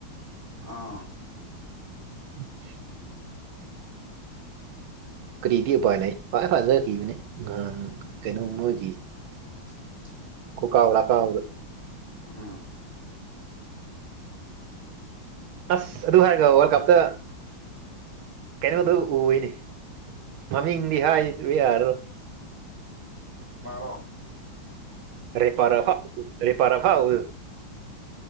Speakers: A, on the right (about 25°); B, on the right (about 80°).
A: ꯑꯥ
B: <inaudible> ꯀꯔꯤꯗꯤ ꯎꯄꯥꯏ ꯂꯩ ꯈ꯭ꯋꯥꯏ ꯐꯥꯖ ꯏꯕꯅꯦ ꯉꯍꯥꯟ ꯀꯩꯅꯣ ꯃꯣꯏꯒꯤ
A: <unintelligible>
B: ꯀꯣꯀꯥ ꯀꯣꯂꯥ ꯀꯥꯥꯎꯗ
A: ꯑꯝ
B: ꯑꯁ ꯑꯗꯨ ꯍꯥꯏꯔꯒ ꯋꯥꯔꯜ ꯀꯞꯇ ꯀꯩꯅꯣꯗ ꯎꯏꯌꯦꯅꯦ ꯃꯃꯤꯡꯗꯤ ꯍꯥꯏꯕ ꯌꯥꯔꯔꯣ
A: ꯃꯥꯔꯣ
B: ꯔꯦꯄꯥꯔ ꯐꯥꯎ ꯔꯦꯄꯥꯔ ꯐꯥꯎ